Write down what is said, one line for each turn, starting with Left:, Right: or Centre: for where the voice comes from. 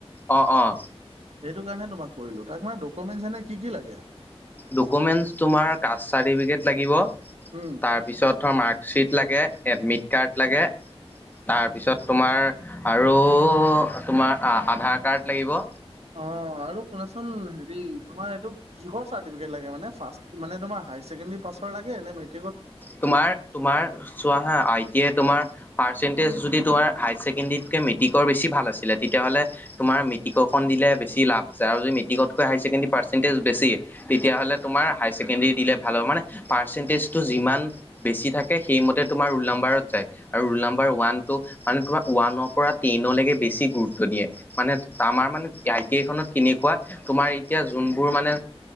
Left: অঁ অঁ
Right: সেইটো কাৰণে তোমাক কৰিলো তাক মানে ডকুমেণ্টছ এনে কি কি লাগে?
Left: ডকুমেণ্টছ তোমাৰ কাষ্ট চাৰ্টিফিকেট লাগিব
Right: উম
Left: তাৰপিছত ধৰ মাৰ্কশ্বিট লাগে এডমিট কাৰ্ড লাগে তাৰপিছত তোমাৰ আৰু তোমাৰ আধাৰ কাৰ্ড লাগিব।
Right: অ আৰু শুনাচোন হেৰি তোমাৰ এইটো কিহৰ চাৰ্টিফিকেট লাগে মানে মানে তোমাৰ হাইৰ ছেকেণ্ডী পাছত লাগে নে মেত
Left: তোমাৰ তোমাৰ চোৱা হা আই টি তোমাৰ পাৰ্চেন্টেজ যদি তোমাৰ হাই ছেকেণ্ডেৰীতকে মেট্ৰিকৰ বেছি ভাল আছিলে তেতিয়াহ'লে তোমাৰ মেট্ৰিকৰখন দিলে বেছি লাভ আছে। আৰু যে মেটিকতৈ হাই ছেকেণ্ডাৰীৰ পাৰ্চেটেজ বেছি তেতিয়াহ'লে তোমাৰ হাই ছেকেণ্ডাৰীৰ দিলে ভাল হব, মানে পাৰ্চেণ্টেজটো যিমান বেছি থাকে সেইমতে তোমাৰ ৰুল নম্বাৰত যায় আৰু ৰুল নম্বাৰ ওৱানটো মানে তোমাৰ ওৱানৰ পৰা টেনলৈকে বেছি গুৰুত্ব দিয়ে, মানে আমাৰ মানে আই টি আই খনত কেনেকুৱা তোমাৰ এতিয়া যোনবোৰ মানে